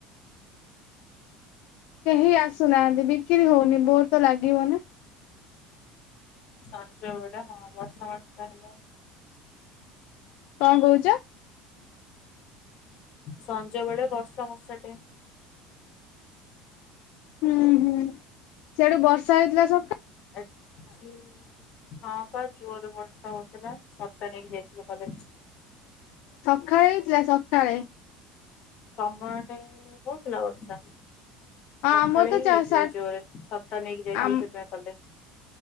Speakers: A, on the left; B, on the left.
A: କେହି ଆସୁନାଆନ୍ତି ବିକିରି ହଉନି ବୋର ତ ଲାଗିବ ନା।
B: ସଞ୍ଜ ବେଳେ ହଁ ବର୍ଷା ଅର୍ଷା ହେଲେ।
A: କଁ କୋଉଚ?
B: ସଞ୍ଜ ବେଳେ ବର୍ଷା ହର୍ଷା ଟାଇମ୍।
A: ହୁଁ ହୁଁ ସିଆଡୁ ବର୍ଷା ହେଇଥିଲା ସକା
B: <unintelligible> ହଁ ପା ଜୋରେ ବର୍ଷା ହଉଥିଲା ଛତା ନେଇକି ଯାଇଥିଲୁ କଲେଜ।
A: ସଖାଳେ ହେଇଥିଲା ସକାଳେ।
B: ତମ ଆଡ଼େ ହୋଉଥିଲା ବର୍ଷା?
A: ହଁ
B: ସଖାଳେ
A: ଆମର ତ
B: ହିଁ
A: ଚା
B: ହେଇଥିଲା
A: ସା
B: ଜୋରେ ଛତା ନେଇକି ଯାଇଥିଲୁ
A: ଆମ
B: ସେଥିପାଇଁ କଲେ